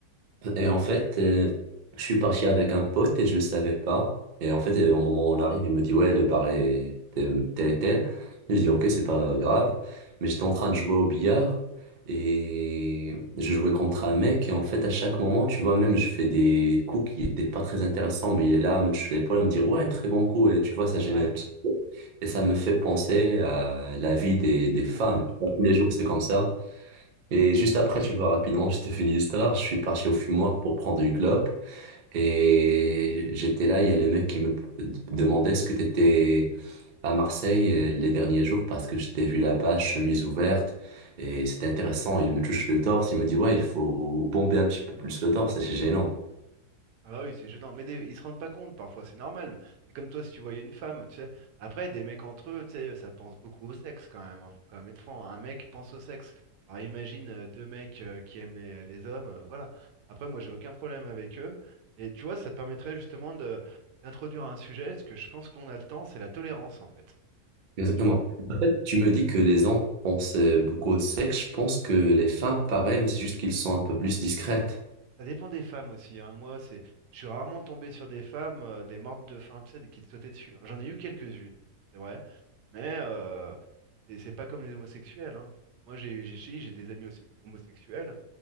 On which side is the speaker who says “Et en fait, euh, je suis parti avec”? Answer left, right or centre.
Right